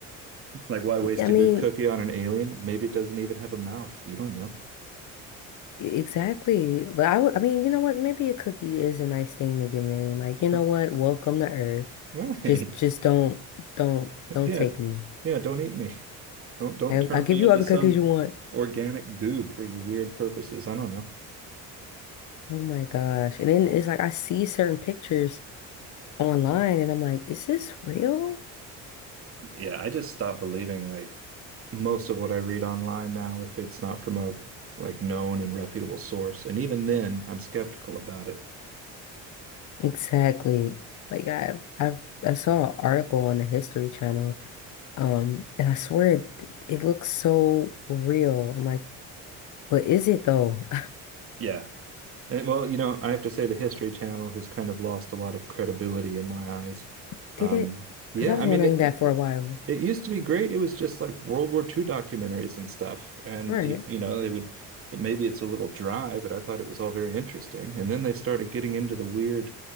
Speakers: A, on the right; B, on the left.
A: Like, why waste
B: I
A: a
B: mean,
A: good cookie on an alien? Maybe it doesn't even have a mouth. You don't know.
B: E, Exactly. But I would, I mean, you know what? Maybe a cookie is a nice thing to give an alien. Like, you know
A: <laughs>
B: what? Welcome to Earth.
A: Right.
B: Just, just don't, don't, don't
A: Yeah.
B: take me.
A: Yeah, don't eat me. Don't don't
B: I,
A: turn
B: I'll give
A: me into
B: you all the
A: some
B: cookies you want.
A: organic goo for your weird purposes. I don't know.
B: Oh my gosh. And then it's like, I see certain pictures online and I'm like, is this real?
A: Yeah, I just stopped believing like most of what I read online now, if it's not from a like known and reputable source, and even then, I'm skeptical about it.
B: Exactly. Like I, I've, I saw an article on the History Channel. Um, and I swear it, it looks so real. I'm like, but is it though?
A: Yeah. Eh, well, you know, I have to say the History Channel has kind of lost a lot of credibility in my eyes.
B: <laughs> Did
A: Um,
B: it?
A: yeah,
B: Because I was
A: I mean,
B: wondering
A: it,
B: that
A: it
B: for
A: it
B: a while.
A: it used to be great. It was just like World War II documentaries and stuff, and
B: Right.
A: you you know they would. It, maybe it's a little dry, but I thought it was all very interesting. And then they started getting into the weird,